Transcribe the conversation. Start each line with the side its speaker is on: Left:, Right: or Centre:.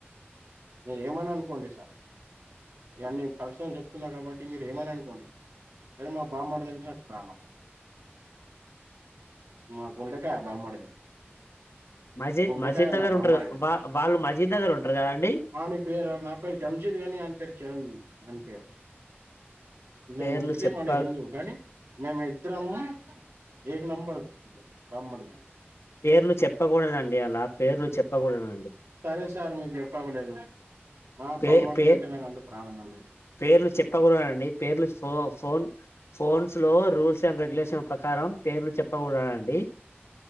Right: మీరేమన్న అనుకోండి సార్ ఇవన్నీ పర్సనల్ చెప్తున్నా కాబట్టి మీరు ఏమని అనుకోండి ఏ ఏమో మా బామ్మర్దిదంట నాకు ప్రాణం మా గుండకాయా బామర్ది
Left: మసీద్
Right: గుండేకాయనా
Left: మసీద్ దగ్గర
Right: బామరిది
Left: ఉంటారు వా వాళ్ళు మసీద్ దగ్గర ఉంటారు కదండి
Right: ఆని పేరు నా పేరు జమ్షిద్ కాని అనీ పేరు చిరణ్ అని పేరు నేను
Left: పేర్లు
Right: ముస్లిం
Left: చెప్ప
Right: ఆయన హిందూ కానీ మేము ఇద్దరం ఏ నంబర్ బామ్మర్ది
Left: పేర్లు చెప్పకూడదండి అలా పేర్లు చెప్పకూడదు
Right: సరే సార్ మీకు చెప్పవలేదు మా
Left: పే
Right: బామ్మర్ది
Left: పే
Right: అంటే నాకు అంత ప్రాణం అని
Left: పేర్లు చెప్పకూడదండి పేర్లు ఫో ఫోన్ ఫోన్స్ లో రూల్స్ రూల్స్ అండ్ రెగ్యులేషన్ ప్రకారం పేర్లు చెప్పకూడండి